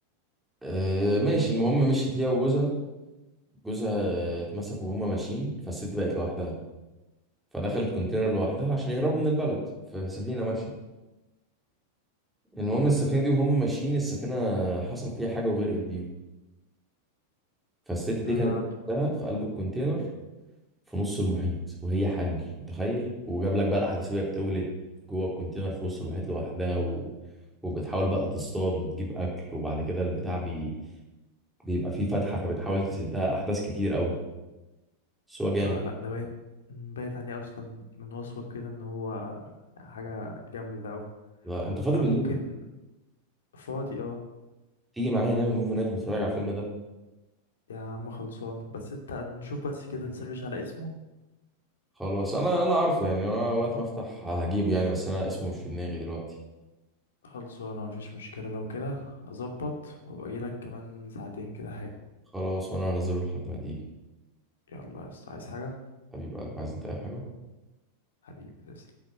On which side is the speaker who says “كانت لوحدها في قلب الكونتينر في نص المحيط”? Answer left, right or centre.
Centre